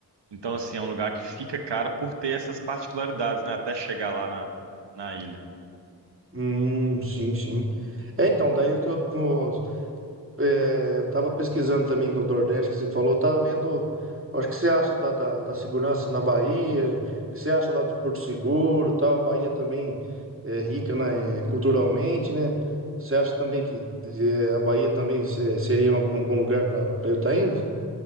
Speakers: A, on the right; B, on the right.
A: Então, assim, é um lugar que fica caro por ter essas particularidades, né? Até chegar lá na, na ilha.
B: Hum, sim, sim. É, então, daí eu, eu, tô- É, eu estava pesquisando também no Nordeste que você falou, eu tava vendo, eu acho que você acha da, da, da segurança na Bahia, o que você acha lá de Porto Seguro, tal, a Bahia também é rica, né, culturalmente, né? Você acha também que eh, a Bahia também se- seria um um bom lugar para eu estar indo?